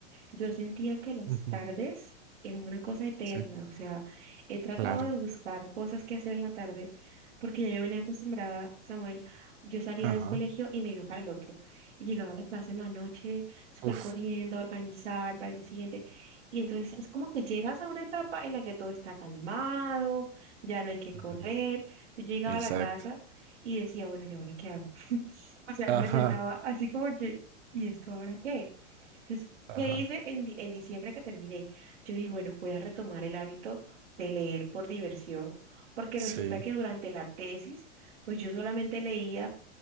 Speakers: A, on the right; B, on the right.
A: Yo sentía que las
B: Ujú,
A: tardes eran una cosa eterna,
B: Sí,
A: o sea, he tratado
B: claro.
A: de buscar cosas que hacer en la tarde, porque ya yo venía acostumbrada, Samuel, yo salía
B: Ajá,
A: de un colegio y me iba para el otro, y llegaba a la casa en la noche, súper
B: uf.
A: corriendo, a organizar para el día siguiente, y entonces es como que llegas a una etapa en la que todo está calmado, ya no hay que correr,
B: Ujú.
A: yo llegaba
B: Exacto.
A: a la casa y decía, bueno, ¿y ahora qué hago? <laughs> O sea,
B: Ajá,
A: me sentaba así como que, ¿y esto ahora qué? Entonces,
B: ajá,
A: ¿qué hice en, di- en diciembre que terminé? Yo dije, bueno, voy a retomar el hábito de leer por diversión, porque
B: sí,
A: resulta que durante la tesis, pues yo solamente leía